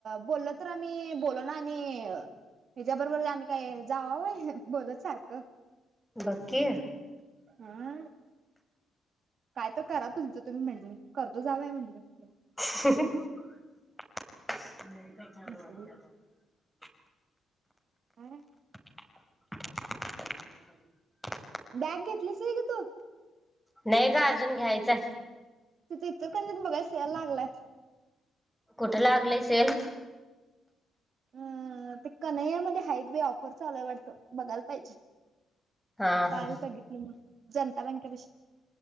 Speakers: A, on the right; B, in the centre.
A: बोलल तर आम्ही बोलना आणि अ हिच्या बरोबर आम्ही काय जावाव वय, बोलत सारखं.
B: बक की.
A: हा काय तर करा तुमचं तुम्ही म्हंटली, करतो जा बाई म्हंटलं.
B: <inaudible> <unintelligible>
A: असली व्हय.
B: <inaudible>
A: बॅग घेतलीस वय ग तू?
B: नाही ग अजून, घ्यायचंय.
A: तिथं इचलकरंजीत बघुया सेल लागलाय.
B: कुठ लागलय सेल?
A: अ ते कन्हैयामध्ये हयात बाई ऑफर चालूय वाटतं बघायला पाहिजे.
B: हा
A: काल
B: हा
A: बघितली मी जनता बँकेपशी.